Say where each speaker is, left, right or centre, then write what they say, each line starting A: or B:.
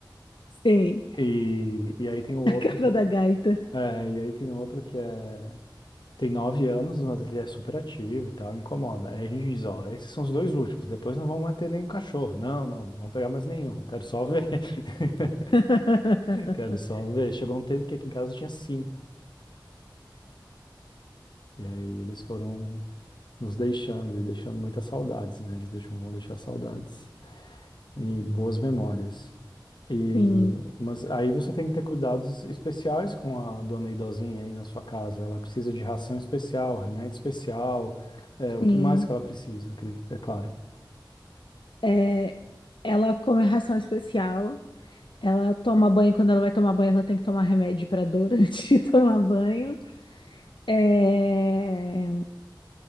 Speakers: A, on the left; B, on the left.
A: Sei.
B: E, e aí tem o outro
A: <laughs> A capa
B: que,
A: da gaita.
B: é, e aí tem outro que é Tem nove anos, mas ele é super ativo e tal, incomoda. Aí a gente diz, ó, esses são os dois últimos, depois não vamos mais ter nenhum cachorro. Não, não, não vamos pegar mais nenhum, quero só ver. <laughs>
A: <laughs>
B: Quero só ver. Chegou um tempo que aqui em casa tinha cinco. E aí eles foram nos deixando e deixando muitas saudades, né? Eles deixam, vão deixar saudades e boas memórias. E,
A: Sim,
B: mas aí você tem que ter cuidados especiais com a dona idosinha aí na sua casa. Ela precisa de ração especial, remédio especial, é, o
A: sim.
B: que mais que ela precisa, Cris? é claro.
A: É, ela come ração especial. Ela toma banho. Quando ela vai tomar banho, ela tem que tomar remédio para dor <laughs> antes de tomar banho. É,